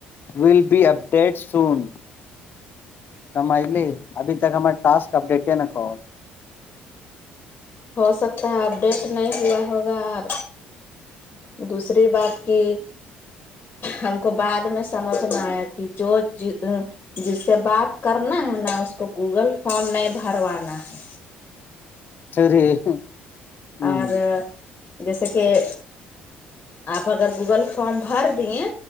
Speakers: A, on the left; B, on the left.
A: will be update soon کمائی لے ابھی تک ہم ٹاسک اپڈیٹ نہ کو
B: ہو سکتا ہے اپڈیٹ نہیں ہوا ہوگا اور دوسرے بات کی ہم کو بعد میں سمجھنا آیا کہ جو جی جس سے بات کرنا ہے نہ اس کو گوگل فارم نہیں بھروانا ہے
A: <unintelligible> ہ
B: اور جیسے کہ آپ اگر گوگل فارم بھر دیے